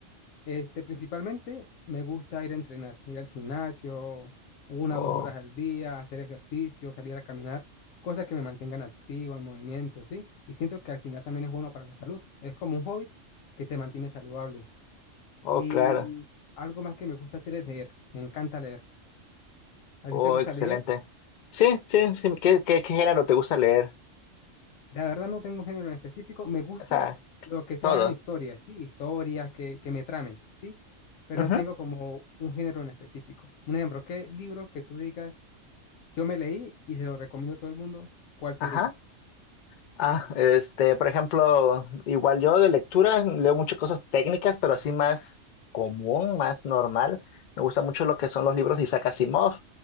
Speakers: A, on the left (about 85°); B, on the left (about 65°).
A: Este, principalmente me gusta ir a entrenar, ir al gimnasio, una
B: Oh,
A: o dos horas al día, hacer ejercicio, salir a caminar, cosas que me mantengan activo, en movimiento, ¿sí? Y siento que al final también es bueno para la salud. Es como un hobby que te mantiene saludable.
B: oh,
A: Y
B: claro,
A: algo más que me gusta hacer es leer. Me encanta leer. ¿A
B: oh,
A: ti te gusta
B: excelente.
A: leer?
B: Sí, sí, sí. ¿Qué, qué, qué género te gusta leer?
A: La verdad no tengo un género en específico. Me gusta
B: O sea,
A: lo que sean
B: todo.
A: historias, ¿sí? Historias que, que me tramen, ¿sí? Pero
B: Ujú.
A: no tengo como un género en específico. Un ejemplo, ¿qué libro que tú digas, yo me leí y se lo recomiendo a todo el mundo? ¿Cuál sería?
B: Ajá. Ah, este, por ejemplo, igual yo de lectura leo muchas cosas técnicas, pero así más común, más normal. Me gusta mucho lo que son los libros de Isaac Asimov.